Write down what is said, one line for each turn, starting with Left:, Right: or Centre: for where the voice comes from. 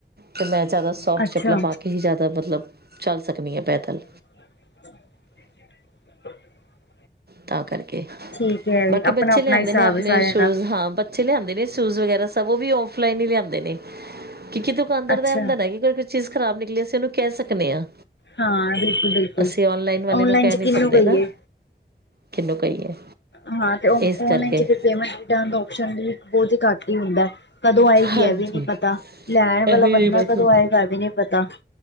Right: ਤਾਂ ਮੈਂ ਜ਼ਿਆਦਾ ਸੋਫਟ
Left: ਅੱਛਾ
Right: ਚੱਪਲਾਂ, ਪਾ ਕੇ ਹੀ ਜ਼ਿਆਦਾ, ਮਤਲਬ ਚੱਲ ਸਕਦੀ ਹੈ ਪੈਦਲ
Left: <inaudible>
Right: ਤਾਂ ਕਰਕੇ,
Left: ਠੀਕ ਹੈ
Right: ਬਾਕੀ
Left: ਵੀ ਆਪਣਾ
Right: ਬੱਚੇ
Left: ਆਪਣਾ
Right: ਲਿਆਂਦੇ
Left: ਹਿਸਾਬ
Right: ਨੇ ਆਪਣੇ
Left: ਹੈ ਸਾਰਿਆਂ
Right: ਸ਼ੂਜ
Left: ਦਾ
Right: ਹਾਂ। ਬੱਚੇ ਲਿਆਦੇ ਨੇ ਸ਼ੂਜ ਵਗੈਰਾ, ਔ ਸਭ ਉਹ ਵੀ ਔ- ਫਲਾਈਨ ਹੀ ਲਿਆਦੇ ਨੇ ਕਿਉ ਦੁਕਾਨਦਾਰ
Left: ਅੱਛਾ
Right: ਦਾ ਹੁੰਦਾ ਚੀਜ਼ ਖਰਾਬ ਨਿਕਲੇ, ਅਸੀਂ ਉਹਨੂੰ ਕਹਿ ਸਕਦੇ ਹਾਂ।
Left: ਹਾਂ ਬਿਲਕੁਲ ਬਿਲਕੁਲ
Right: ਅਸੀਂ ਓਨਲਾਈਨ ਵਾਲੇ
Left: ਔਨਲਾਈਨ
Right: ਨੂੰ, ਕਹਿ
Left: ਚ
Right: ਨ ਨਹੀਂ
Left: ਕਿਹਨੂੰ
Right: ਸਕਦੇ
Left: ਕਹੀਏ
Right: ਨਾ, ਕਿਹਨੂੰ, ਕਹੀਏ
Left: ਹਾਂ ਤੇ, ਔਨ
Right: ਇਸ ਕਰਕੇ
Left: ਲਾਈਨ ਚ ਪੇਮੈਂਟ ਓਕਸ਼ਨ ਬਹੁਤ ਹੀ ਘੱਟ ਹੀ ਹੁੰਦਾ। ਕਦੋਂ ਆਏਗੀ,
Right: ਹਾਂਜੀ
Left: ਇਹ ਵੀ ਨੀ ਪਤਾ, ਲੈਣ ਵਾਲਾ
Right: ਇਹੀ
Left: ਬੰਦਾ
Right: ਬਸ
Left: ਕਦੋਂ ਆਏਗਾ? ਇਹ ਵੀ ਨਹੀਂੀ ਪਤਾ,